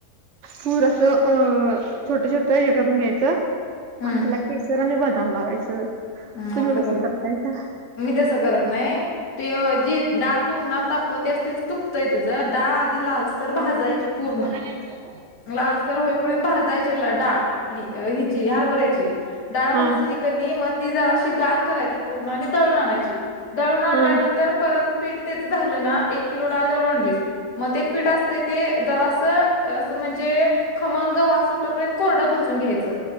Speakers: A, on the right; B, on the left.
A: पूर असं अ छोट छोट हे करून घ्यायचं
B: हम्म
A: आणि त्याला केसर आणि बदाम लावायचं.
B: अम्म
A: तुम्ही
B: असं
A: कसं
B: कर
A: करतायता
B: मी तसं करत नाही ते जी डाळ तू उन्हात तापवतेस तेच चुकतंय तुझं डाळ आधी लाल तर भाजायची पूर्ण
A: हूं झाला काय तुझं
B: लालसर होईपर्यंत भाजयची डाळ आपली हिजी हरभरायची डाळ
A: हा
B: भाजली क नी म ती जराशी गार करायची पूर्ण आणि दळून आणायची. दळून आणल्यानंतर
A: हा
B: परत पीठ त्याच झालं ना एक किलो डाळ दळून आणलीस म ते पीठ असतय ते जरास असं म्हणजे खमंग वास सुटपर्यंत कोरडं भाजून घ्यायचं